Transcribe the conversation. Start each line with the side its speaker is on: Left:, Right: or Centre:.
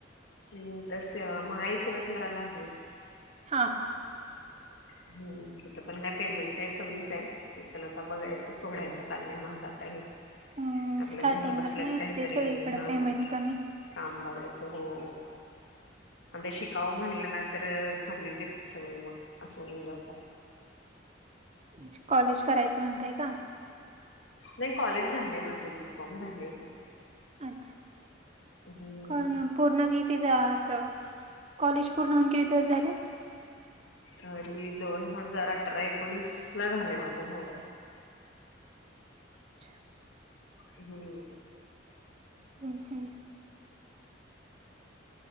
Left: हम्म, तस महाई सेवा केंद्राला आहे.
Right: हा हा,
Left: हम्, तिथं पण काय पेमेंट काय कमीच आहे. ते पण आता बघायचं सोडायच चांगलं माझा. का <unintelligible>
Right: हम्म,
Left: आपल्या
Right: स्टार्टिंगला
Left: घर बसल्याच
Right: काही असते
Left: काहीतरी
Right: सगळीकडे
Left: हं
Right: पेमेंट
Left: बाबा.
Right: कमी
Left: काम बघायचं हो. म्हणजे शिकावं म्हणलं ना तर कमी घेतात सगळं मग असं होऊन जात.
Right: म्हणजे कॉलेज करायचं म्हणताय का?
Left: नाही, कॉलेज झालंय माझं. बीकॉम झालंय की.
Right: अच्छा <unintelligible>
Left: हम्म
Right: को म. पूर्ण किती जा असं कॉलेज पूर्ण होऊन किती दिवस झाले?
Left: तरी दोन हजार अठरा, एकोणीस ला झालंय माझं होय.
Right: अच्छा.
Left: हम्म.
Right: हम्म हम्म.